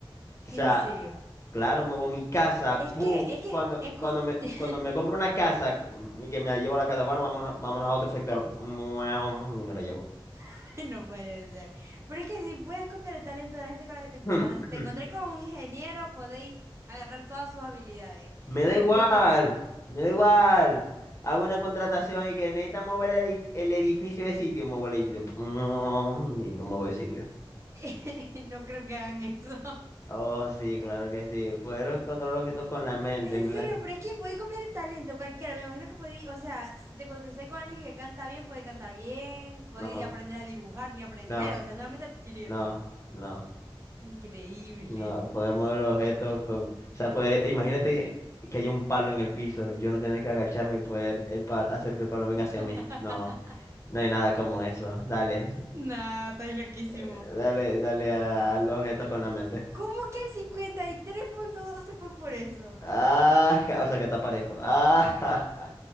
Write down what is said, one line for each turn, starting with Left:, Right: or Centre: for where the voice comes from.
Left: O
Right: En
Left: sea,
Right: serio.
Left: claro, muevo mi casa,
Right: Es
Left: pum.
Right: que, es que,
Left: Cuando,
Right: escu-
Left: cuando me,
Right: <laughs>
Left: cuando me compro una casa mm, y que me la llevo a la casa, bueno, vámonos, vámonos a otro sector. Mueom, Ni me la llevo.
Right: <laughs> No puede ser. Pero es que si puedes copiar el talento de la gente con la que te cruzas,
Left: <clears throat>
Right: o sea, si te encontré con un ingeniero, podéis agarrar todas sus habilidades.
Left: Me da
Right: Si
Left: igual,
Right: te encon-
Left: me da igual. Hago una contratación y que necesita mover el, edif- el edificio de sitio, muevo el edificio. Pum, Y lo muevo de sitio.
Right: <laughs> No creo que hagan eso. <laughs>
Left: Oh, sí, claro que sí. Poder controlar objetos con la mente,
Right: En
Left: en plan.
Right: serio, pero es que podéis copiar el talento cualquiera. Me imagino que podéis, o sea, si te cruzáis con alguien que canta bien, podéis cantar bien, podéis
Left: No.
Right: aprender a dibujar, ni aprender,
Left: No,
Right: o sea, solamente adquirirlo.
Left: no, no,
Right: Increíble.
Left: no, poder mover objetos con, o sea, poder, imagínate que haya un palo en el piso y yo no tener que agacharme y poder el pal- hacer que el palo venga
Right: <laughs>
Left: hacia mí. No, no hay nada como eso. Dale,
Right: No, estáis loquísimo.
Left: eh, dale, dale al objetos con la mente.
Right: ¿Cómo que el cincuenta y tres punto dos se fue por eso?
Left: Ah, ja, o sea que está parejo. Ah, ja,